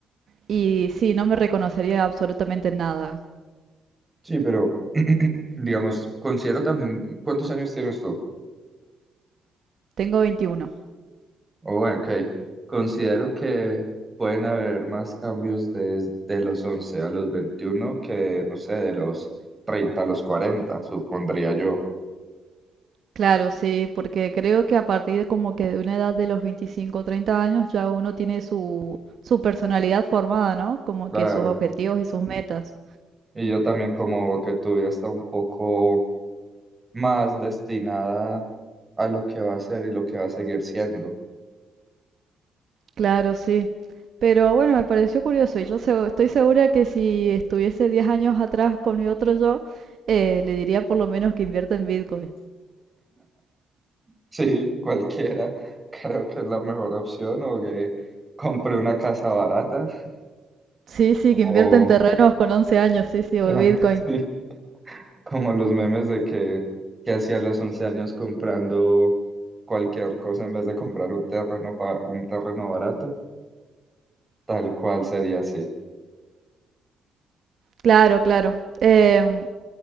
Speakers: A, on the right; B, on the right.
A: y sí, no me reconocería absolutamente en nada.
B: Sí, pero <clears throat> digamos, considero también, ¿cuántos años tienes tú?
A: Tengo veintiuno
B: Oh, ok, considero que pueden haber más cambios desde los 11 a los 21 que, no sé, de los 30 a los 40 supondría yo.
A: Claro, sí, porque creo que a partir como que de una edad de los 25 o 30 años ya uno tiene su, su personalidad formada, ¿no? Como
B: Claro,
A: que sus objetivos y sus metas.
B: y yo también como que tu vida está un poco más destinada a lo que va a ser y lo que va a seguir siendo.
A: Claro, sí. Pero bueno, me pareció curioso y yo segu- estoy segura que si estuviese 10 años atrás con mi otro yo, eh, le diría por lo menos que invierta en Bitcoin.
B: Sí, cualquiera. Creo que es la mejor opción o que compre una casa barata,
A: Sí, sí,
B: como,
A: que invierte en terrenos con once años, sí, sí,
B: <laughs>
A: o Bitcoin.
B: sí, como los memes de que, que hacía a los 11 años comprando cualquier cosa en vez de comprar un terreno, fa- un terreno barato, tal cual sería así.
A: Claro, claro. Em,